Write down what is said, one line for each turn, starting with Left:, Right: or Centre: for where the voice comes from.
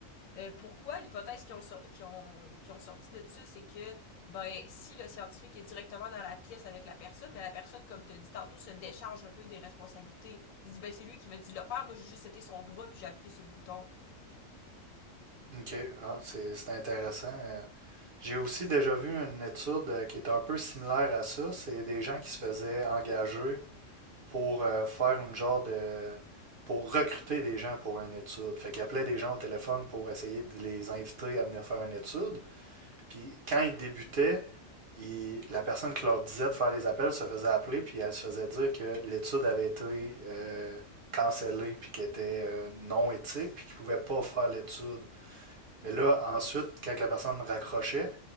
Left: Euh, pourquoi l'hypothèse qu'ils ont, sor- qu'ils ont, qu'ils ont sorti de ça, c'est que ben si le scientifique est directement dans la pièce avec la personne, mais la personne, comme tu as dit tantôt, se décharge un peu des responsabilités. Il se dit ben c'est lui qui m'a dit de le faire, moi j'ai juste été son bras puis j'ai appuyé sur le bouton.
Right: OK, ah, c'est c'est intéressant. Euh, J'ai aussi déjà vu une étude euh, qui est un peu similaire à ça. C'est des gens qui se faisaient engager pour euh, faire une genre de... pour recruter des gens pour une étude. Fait qu'ils appelaient des gens au téléphone pour essayer de les inviter à venir faire une étude. Puis quand ils débutaient, ils- la personne qui leur disait de faire les appels se faisait appeler, puis elle se faisait dire que l'étude avait été euh, cancellée, puis qu'elle était euh, non éthique, puis qu'ils ne pouvaient pas faire l'étude. Mais là, ensuite, quand la personne raccrochait,